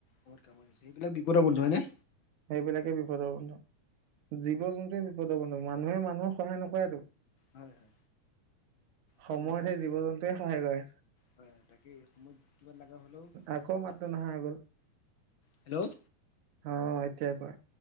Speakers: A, on the left; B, on the right.
A: বহুত কামত আহিছে এইবিলাক বিপদৰ বন্ধু হয় নে
B: সেইবিলাকে বিপদৰ বন্ধু জীৱ জন্তুৱে বিপদৰ বন্ধু মানুহে মানুহক সহায় নকৰেতো
A: হয় হয়।
B: সময়ত
A: তাকে এইবিলাক
B: সেই জীৱ জন্তুয়ে সহায় কয়
A: হয়, তাকে সময় কিমান লগা হলেও
B: আকৌ
A: কি
B: মাতটো
A: কয়
B: নহা হৈ গ'ল
A: হেল্ল',
B: অ এতিয়া কোৱা